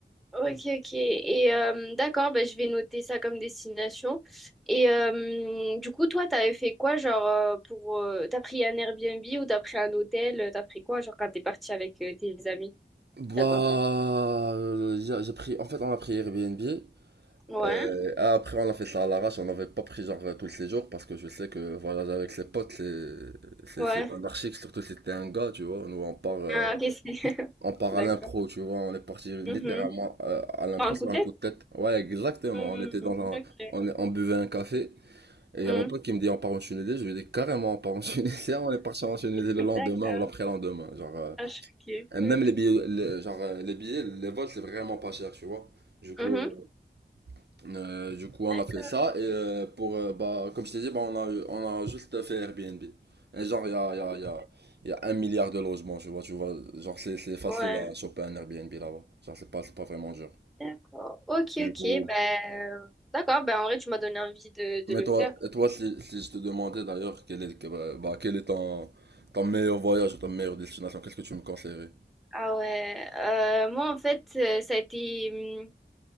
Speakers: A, in the centre; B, on the right.
A: Ok, ok. Et euh, d'accord, bah, je vais noter ça comme destination. Et euh, du coup, toi, t'avais fait quoi, genre, euh, pour... euh, t'as pris un Airbnb ou t'as pris un hôtel? euh, T'as pris quoi, genre, quand t'es parti avec euh, tes amis
B: Bah,
A: là-bas?
B: euh, j'ai j'ai pris, en fait, on a pris Airbnb.
A: Ouais,
B: Euh, après, on a fait ça à l'arrache, on n'avait pas pris genre euh, tous les jours parce que je sais que voyager avec ses potes, c'est c'est
A: ouais.
B: c'est anarchique, surtout si t'es un gars, tu vois. Nous, on part, euh,
A: Ah, ok, c'est... <laughs>
B: on part
A: D'accord.
B: à l'impro, tu vois. On est parti littéralement
A: Mhm.
B: euh, à l'impro
A: Sur Un
B: sur
A: coup de
B: un
A: tête?
B: coup de tête. Ouais, exactement.
A: Mhm.
B: On était dans un,
A: Ok.
B: on, on buvait un café et il
A: Mhm.
B: y a mon pote qui me dit on part en Tunisie. Je lui dis carrément on part en Tunisie. <laughs> On est parti en Tunisie le
A: D'accord.
B: lendemain ou l'après-lendemain. Genre, euh,
A: Ah, je suis ok.
B: et même les billets,
A: Ok.
B: les- genre euh, les billets, les vols, c'est vraiment pas cher, tu vois. Du coup,
A: Mhm.
B: euh, euh, du coup, on
A: D'accord.
B: a fait ça et euh, pour euh, bah comme je t'ai dit, bah, on a eu- on a juste fait Airbnb. Et genre il y a il y a il y a il y a un milliard de logements, tu vois, tu vois, genre c'est c'est facile
A: Ouais.
B: à choper un Airbnb là-bas. Genre c'est pas c'est pas vraiment dur.
A: D'accord. Ok,
B: Du
A: ok.
B: coup,
A: Ben, euh, d'accord. Ben, en vrai, tu m'as donné envie de, de
B: mais
A: le faire.
B: toi et toi si si je te demandais d'ailleurs quel est le- bah, bah, quel est ton ton meilleur voyage ou ta meilleure destination, qu'est-ce que tu me conseillerais?
A: Ah ouais, euh, moi en fait, euh, ça a été, hum,